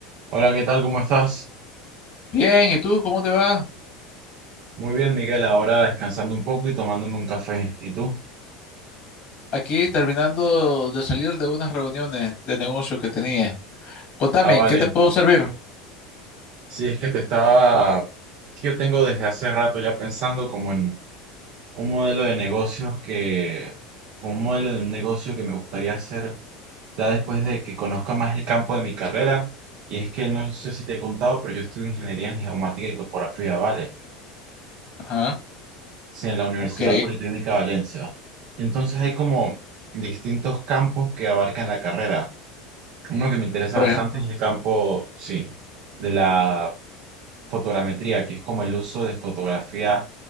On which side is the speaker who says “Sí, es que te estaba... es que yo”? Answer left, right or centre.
Right